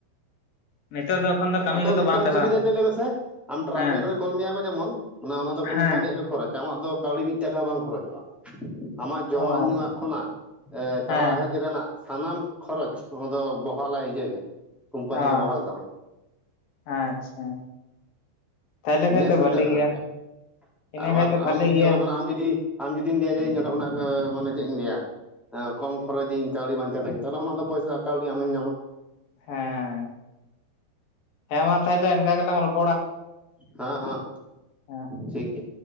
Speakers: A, on the left; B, in the centre.
A: ᱱᱮᱛᱟᱨ ᱫᱚ <inaudible>
B: ᱟᱫᱚ
A: ᱠᱚᱫᱚ
B: ᱢᱤᱫᱴᱟᱝ
A: ᱵᱟᱢ ᱪᱟᱞᱟᱜᱼᱟ
B: ᱥᱩᱵᱤᱫᱷᱟ ᱪᱮᱫ ᱞᱮ ᱢᱮᱥᱮ ᱟᱢ ᱴᱨᱟᱵᱷᱮᱞ
A: ᱦᱮᱸ
B: ᱨᱮ ᱠᱳᱞ ᱢᱮᱭᱟ ᱠᱚ ᱡᱮᱢᱚᱱ ᱢᱟᱱᱮ ᱚᱱᱟ ᱫᱚ ᱠᱳᱢᱯᱟᱱᱤᱭᱟᱜ
A: ᱦᱮᱸ
B: ᱠᱷᱚᱨᱚᱪ ᱟᱢᱟᱜ ᱫᱚ ᱠᱟᱹᱣᱰᱤ ᱢᱤᱫ ᱴᱟᱠᱟ ᱵᱟᱝ ᱠᱷᱚᱨᱚᱪᱚᱜ-ᱟ ᱟᱢᱟᱜ ᱡᱚᱢᱟᱜ
A: ᱚ
B: ᱧᱩᱣᱟᱜ ᱠᱷᱚᱱᱟᱜ ᱮ ᱪᱟᱞᱟᱣ
A: ᱦᱮᱸ
B: ᱦᱮᱡ ᱨᱮᱱᱟᱜ ᱥᱟᱱᱟᱢ ᱠᱷᱚᱨᱚᱪ ᱱᱚᱣᱟ ᱫᱚ ᱵᱚᱦᱟᱞᱟ ᱤᱭᱟᱹ ᱜᱮ ᱠᱳᱢᱯᱟᱱᱤ
A: ᱚ
B: ᱜᱮ ᱵᱚᱦᱟᱞ ᱛᱟᱢᱟ
A: ᱟᱪᱪᱷᱟ ᱛᱟᱦᱚᱞᱮ
B: ᱱᱤᱭᱟᱹ
A: ᱠᱷᱟᱡ ᱫᱚ
B: ᱥᱩᱵᱤᱫᱷᱟ
A: ᱵᱷᱟᱞᱮ
B: ᱢᱮᱱᱟᱜ
A: ᱜᱮᱭᱟ
B: ᱟᱞᱮᱭᱟᱜ
A: ᱤᱱᱟᱹ
B: ᱟᱵᱟᱨ
A: ᱠᱷᱟᱡ ᱫᱚ ᱵᱷᱟᱞᱮ
B: ᱟᱢ ᱡᱩᱫᱤ
A: ᱜᱮᱭᱟ
B: ᱚᱸᱰᱮ ᱠᱷᱚᱱᱟᱜ ᱟᱢ ᱡᱩᱫᱤ ᱟᱢ ᱡᱩᱫᱤᱢ ᱞᱟᱹᱭᱟ ᱡᱮ ᱤᱧ ᱚᱸᱰᱮ ᱠᱷᱚᱱᱟᱜ ᱚᱸ ᱢᱟᱱᱮ ᱪᱮᱫ ᱤᱧ ᱞᱟᱹᱭᱟ ᱠᱚᱢ ᱠᱷᱚᱨᱚᱪᱤᱧ ᱠᱟᱹᱣᱰᱤ ᱵᱟᱧᱪᱟᱣᱟᱹᱧ ᱛᱟᱦᱞᱮ ᱚᱱᱟ ᱫᱚ ᱯᱚᱭᱥᱟ ᱠᱟᱹᱣᱰᱤ ᱟᱢᱮᱢ ᱧᱟᱢᱟ
A: ᱦᱮᱸ ᱦᱮᱸ ᱢᱟ ᱛᱟᱦᱮᱞᱮ ᱤᱱᱠᱟᱹ ᱜᱮᱞᱟᱝ ᱨᱚᱯᱚᱲᱟ
B: ᱦᱟᱸ ᱦᱟᱸ
A: ᱦᱮᱸ
B: ᱴᱷᱤᱠ ᱜᱮᱭᱟ